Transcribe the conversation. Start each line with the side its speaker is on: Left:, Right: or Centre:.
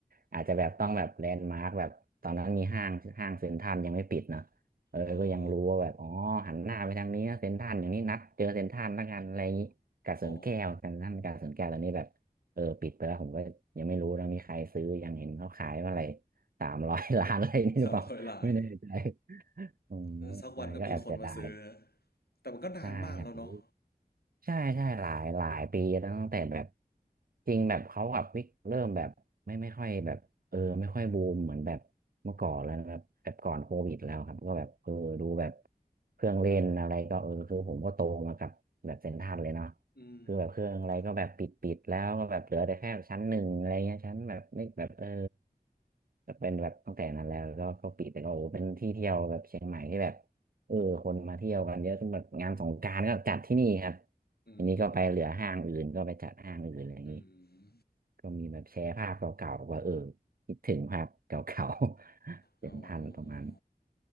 Right: อาจจะแบบต้องแบบแลนด์มาร์กแบบตอนนั้นมีห้างห้างเซ็นทรัลยังไม่ปิดเนอะ เออก็ยังรู้ว่าแบบอ๋อ
Left: เออ
Right: หันหน้าไปทางนี้นะเซ็นทรัลอย่างนี้นัดเจอเซ็นทรัลละกันอะไรอย่างนี้กาดสวนแก้วเซ็นทรัลกาดสวนแก้วตอนนี้แบบ
Left: อ๋อ
Right: เออ ปิดไปแล้วผมก็ยังไม่รู้นะมีใครซื้อยังเห็นเขาขายว่าอะไรสามร้อย <laughs> ล้านอะไรนี่หรือเปล่า
Left: สามร้อยล้าน
Right: ไม่แน่ใจอืมใช่ก็แอบเสียดาย
Left: เออสักวันก็มีคนมาซื้อฮะแต่มันก็นานมากแล้วเนาะ
Right: ใช่อยากรู้ ใช่ใช่หลายหลายปีแล้วตั้งแต่แบบจริงแบบเขากับวิกเริ่มแบบไม่ไม่ค่อยแบบเออไม่ค่อยบูมเหมือนแบบเมื่อก่อนแล้วนะครับแบบก่อนโควิดแล้วครับก็แบบเออดูแบบเครื่องเล่นอะไรก็เออคือผมก็โตมากับแบบเซ็นทรัลเลยเนาะ
Left: อืม
Right: คือแบบเครื่องอะไรก็แบบปิดปิดแล้วก็แบบเหลือแต่แค่ชั้นหนึ่งอะไรเงี้ยชั้นแบบไม่แบบเออ
Left: ครับ
Right: ก็เป็นแบบตั้งแต่นั้นแล้วก็ก็ปิดแต่ก็โอ้โหเป็นที่เที่ยวแบบเชียงใหม่ที่แบบเออคนมาเที่ยวกันเยอะจนแบบงานสงกรานต์ก็จัดที่นี่ครับ
Left: อืม
Right: ทีนี้ก็ไปเหลือห้างอื่นก็ไปจัดห้างอื่นอะไรอย่างนี้
Left: อืม
Right: ก็มีแบบแชร์ภาพเก่าๆว่าเออคิดถึงภาพเก่าๆ <laughs> เห็นทันตรงนั้น
Left: อ๋อ